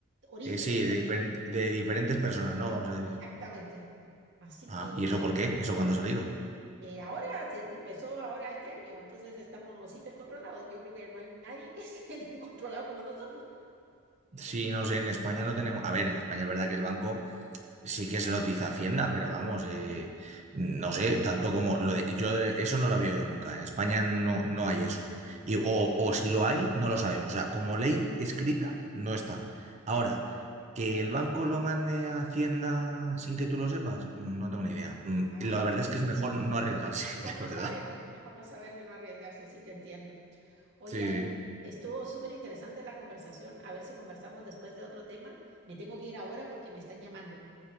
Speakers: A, on the right; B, on the right.
A: origen.
B: eh, sí, de, diferen- de diferentes personas, ¿no? Vamos a decir.
A: Exactamente. Así
B: Ah,
A: que
B: ¿y eso por qué? ¿Eso cuándo ha salido?
A: Eh, ahora se se empezó ahora este año, entonces estamos hipercontrolados. Yo creo que no hay nadie que <laughs> esté tan controlado como nosotros.
B: Sí, no sé, en España no tenemos. A ver, en España es verdad que el banco Sí que se los dice Hacienda, pero vamos, eh, no sé, tanto como lo de, yo eh, eso no lo había oído nunca. En España no, no hay eso.
A: Bueno,
B: Y, o, o si lo hay, no lo sabemos. O sea, como ley escrita, no está. Ahora,
A: ah,
B: que el banco lo mande a Hacienda sin que tú lo sepas, mm, no tengo ni idea. Mm,
A: ah,
B: La verdad
A: ok.
B: es que es mejor no arriesgarse,
A: Mejor
B: <laughs> la
A: no
B: verdad.
A: saberlo, mejor no saberlo y no arriesgarse, sí te entiendo. Oye,
B: Sí,
A: Álvaro,
B: sí.
A: estuvo súper interesante la conversación. A ver si conversamos después de otro tema. Me tengo que ir ahora porque me están llamando.